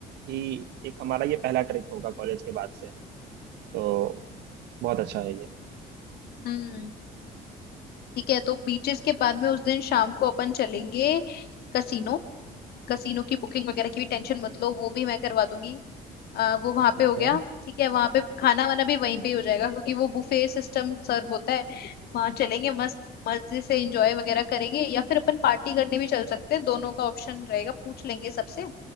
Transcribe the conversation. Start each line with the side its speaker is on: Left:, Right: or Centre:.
Right: ही एक हमारा ये पहला ट्रिप होगा कॉलेज के बाद से तो बहुत अच्छा है ये
Left: हम्म ठीक है तो बीचेस के बाद में उस दिन शाम को अपन चलेंगे कसीनो कसीनो की बुकिंग वगैरह की भी टेंशन मत लो वो भी मैं करवा दूंगी अ, वो वहां
Right: ठीक
Left: पे हो गया
Right: है
Left: ठीक है वहां पे खाना वाना भी वहीं पे ही हो जाएगा क्योंकि वो बुफे सिस्टम सर्व होता है वहां चलेंगे मस्त मजे से एंजॉय वगैरह करेंगे या फिर अपन पार्टी करने भी चल सकते हैं दोनों का ऑप्शन रहेगा पूछ लेंगे सबसे